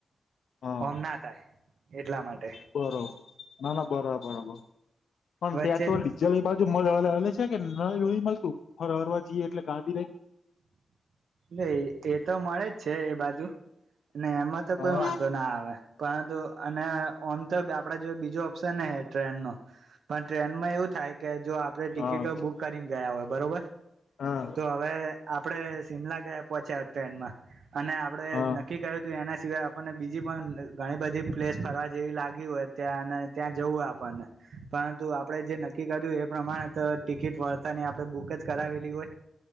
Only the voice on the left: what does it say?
હા
બરોબર ના ના બરા બરોબર પણ
પેટ્રોલ ડીઝલ એ બાજુ હલે છે કે ન મળતું ફર હરવા જઈએ એટલે ગાદી લઈ
હા
હા
હા
હા